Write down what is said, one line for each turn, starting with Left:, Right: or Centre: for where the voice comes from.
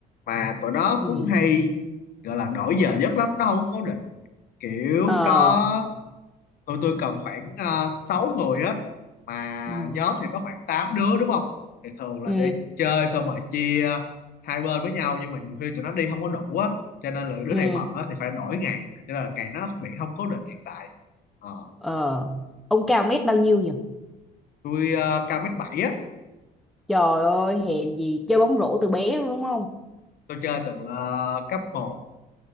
Left: mà tụi nó
Centre: ừ.
Left: cũng hay gọi là đổi giờ giấc lắm nó không cố định kiểu
Centre: ờ
Left: có tụi tôi cần khoảng uh, 6 người á mà
Centre: ừ
Left: nhóm thì có khoảng 8 đứa đúng không thì thường là
Centre: ừ
Left: sẽ chơi xong rồi chia hai bên với nhau nhưng mà nhiều khi tụi nó đi không có đủ á cho nên là đứa
Centre: ừ
Left: này bận á thì phải đổi ngày cho nên là ngày nó bị không cố định hiện tại Ờ,
Centre: ờ ông cao mét bao nhiêu nhỉ
Left: tôi uh, cao mét bảy á
Centre: trời ơi hèn gì chơi bóng rổ từ bé luôn đúng không
Left: tôi chơi từ ờ, cấp một